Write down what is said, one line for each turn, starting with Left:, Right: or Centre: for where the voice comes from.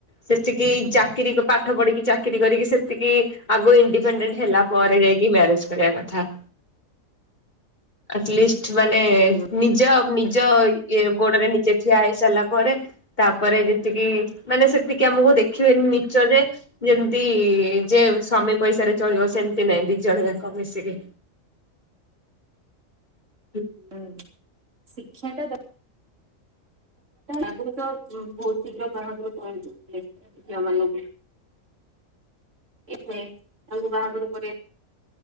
Left: ସେତିକି ଚାକିରି ପାଠ ପଢିକି ଚା ଚାକିରି କରିକି ସେତିକି ଆଗ ଇଣ୍ଡିପେଣ୍ଡେଣ୍ଟ୍ ହେଲା ପରେ ଯାଇକି ମ୍ୟାରେଜ୍ କରିବା କଥା। ଆଟଲିଷ୍ଟ୍ ମାନେ
Right: ହୁଁ
Left: ନିଜ-ନିଜ ଇଏ ଗୋଡରେ ନିଜେ। ଠିଆ ହେଇ ସାରିଲା ପରେ ତାପରେ ଯେତିକି ମାନେ ସେତିକି ଆମକୁ ଦେଖିବେନି ନିଚ ଯେ। ଯେମିତି ଯେ ସ୍ଵାମୀ ପଇସାରେ ଚଳିବ ସେମିତି ନାଇଁ, ଦି ଜଣ ଯାଙ୍କ ମିଶିକି <inaudible>
Right: ହୁଁ, ଶିକ୍ଷାଟା ଦ ଆଗରୁ ତ ବହୁତ ଶୀଘ୍ର ବାହାଘର କରେଇ ଦେଉ ଝିଅମାନଙ୍କୁ। ଏବେ କଉ ବାହାଘର ପରେ